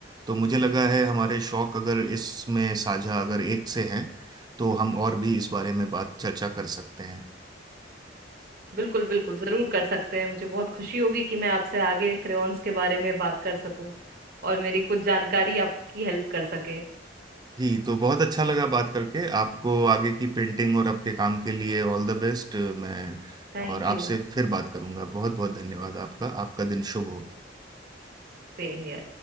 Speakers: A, on the right; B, on the right.
A: तो मुझे लगा है हमारे शौक अगर इसमें साझा अगर एक से हैं तो हम और भी इस बारे में बात चर्चा कर सकते हैं
B: बिल्कुल बिल्कुल जरूर कर सकते हैं मुझे बहुत खुशी होगी कि मैं आपसे आगे क्रेयॉन्स के बारे में बात कर सकूं और मेरी कुछ जानकारी आपकी हेल्प कर सके
A: जी तो बहुत अच्छा लगा बात करके आपको आगे की पेंटिंग और आपके काम के लिए ऑल द बेस्ट मैं
B: Thank
A: और आपसे
B: you
A: फिर बात करूंगा बहुत बहुत धन्यवाद आपका आपका दिन शुभ हो
B: सेम